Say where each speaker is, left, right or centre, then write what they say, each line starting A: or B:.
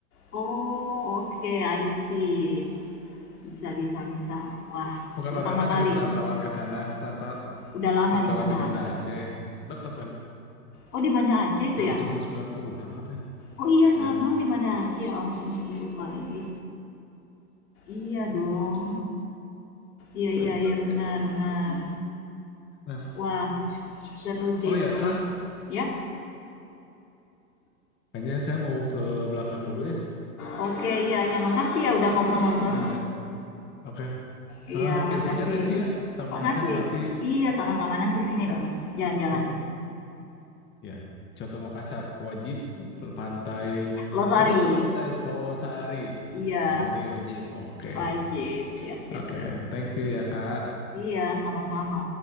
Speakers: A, on the left; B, on the left.
A: Oh, oke, I see. Bisa bisa bisa. Wah,
B: Bukan
A: pertama
B: orang sana
A: kali.
B: sih perantauan ke sana, perantauan
A: Udah lama
B: perantauan
A: di sana.
B: di Banda Aceh. Dekat kan?
A: Oh, di Banda Aceh itu
B: Dari
A: ya?
B: tahun 90-an katanya.
A: Oh iya,
B: Ya.
A: Sabang di Banda Aceh. Ya ampun, aku lupa lagi. Iya dong. Iya, iya, iya, benar, benar.
B: Benar.
A: Wah, seru sih
B: Oh
A: itu.
B: ya, Kak.
A: Ya,
B: Kayaknya saya mau ke belakang dulu ya.
A: oke, iya, iya. Makasih ya udah ngobrol-ngobrol.
B: Nanti. Oke.
A: Iya,
B: Hah,
A: makasih.
B: infonya thank you ya. Kota Makassar
A: Makasih.
B: nanti
A: Iya, sama-sama. Nanti kesini dong. Jalan-jalan.
B: gitu. Ya, Coto Makassar wajib Pe- pantai.
A: Losari.
B: Tadi itu apa pantai Losari.
A: Iya.
B: Losari wajib. Oke.
A: Wajib, siap, siap,
B: Oke,
A: siap.
B: thank you ya, Kak.
A: Iya, sama-sama.